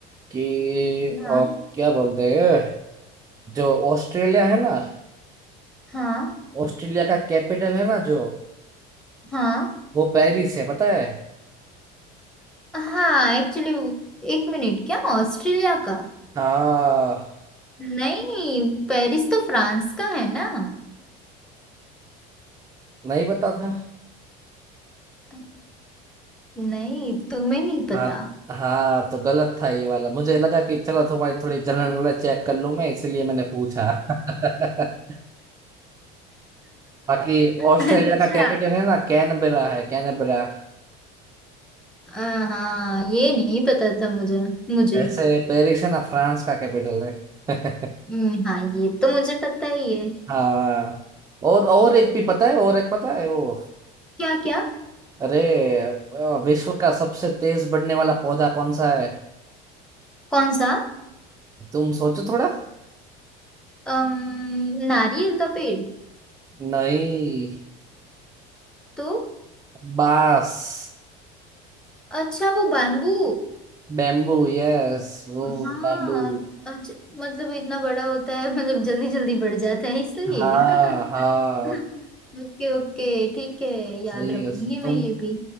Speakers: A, on the right; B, in the centre.
A: कि अ,
B: हाँ
A: क्या बोलते हैं जो ऑस्ट्रेलिया है ना
B: हाँ
A: ऑस्ट्रेलिया का कैपिटल है ना जो
B: हाँ
A: वो पेरिस है पता है
B: हाँ एक्चुअली एक मिनट क्या ऑस्ट्रेलिया का
A: हाँ
B: नहीं पेरिस तो फ्रांस का है ना
A: नहीं पता था
B: अ, नहीं तुम्हें नहीं पता
A: हाँ हाँ तो गलत था ये वाला मुझे लगा कि चलो तुम्हारी थोड़ी जनरल नॉलेज चेक कर लूं मैं इसलिए मैंने पूछा <laughs> बाकी ऑस्ट्रेलिया
B: अच्छा
A: का कैपिटल है ना कैनबरा है कैनबरा
B: अ, हाँ ये नहीं पता था मुझे मुझे
A: वैसे पेरिस है ना फ्रांस का कैपिटल है <laughs>
B: हम्म, हाँ ये तो मुझे पता ही है
A: हाँ और और एक भी पता है और एक पता है वो
B: क्या क्या
A: अरे अ, विश्व का सबसे तेज बढ़ने वाला पौधा कौन सा है
B: कौन सा
A: तुम सोचो थोड़ा
B: अम, नारियल का पेड़
A: नहीं
B: तो
A: बांस
B: अच्छा वो बैम्बू
A: Bamboo yes वो
B: हाँ
A: बैम्बू
B: अच्छा मतलब इतना बड़ा होता है मतलब जल्दी जल्दी बढ़ जाता है इसलिए
A: हाँ हाँ
B: <laughs> ओके ओके ठीक है
A: सही
B: याद रखूंगी
A: है तुम
B: मैं ये भी